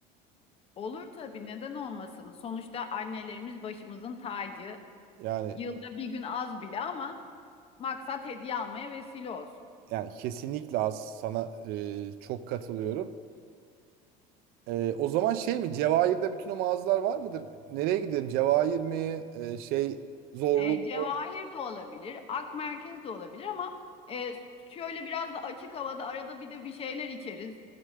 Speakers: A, on the left; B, on the right.
A: Olur tabii neden olmasın. Sonuçta annelerimiz başımızın tacı.
B: Yani
A: Yılda bir gün az bile ama Maksat hediye almaya vesile olsun.
B: yani kesinlikle az sana e, çok katılıyorum. Ee, o zaman şey mi? Cevahir'de bütün o mağazalar var mıdır? Nereye gidelim? Cevahir mi? Ee, şey Zorlu
A: E, cevahir
B: mu?
A: de olabilir, ak merkez de olabilir ama e, şöyle biraz da açık havada arada bir de bir şeyler içeriz